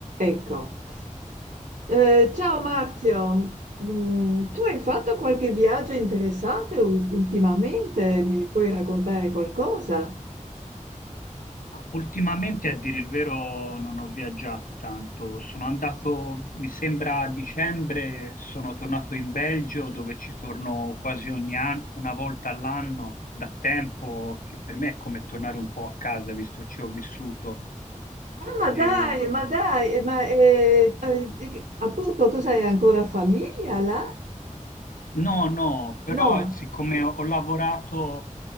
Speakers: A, on the right; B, on the left.
A: Ecco. Eh, ciao Marzio, Mm, tu hai fatto qualche viaggio interessante ul- ultimamente? Mi puoi raccontare qualcosa?
B: Ma Ultimamente, a dire il vero, non ho viaggiato tanto. Sono andato, mi sembra, a dicembre, sono tornato in Belgio, dove ci torno quasi ogni anno, una volta all'anno, da tempo, che per me è come tornare un po' a casa, visto che ci ho vissuto.
A: Ah, ma dai,
B: E-
A: ma dai, eh, ma eh, eh, eh, appunto, cos'hai ancora famiglia là?
B: No, no, però
A: No.
B: siccome ho ho lavorato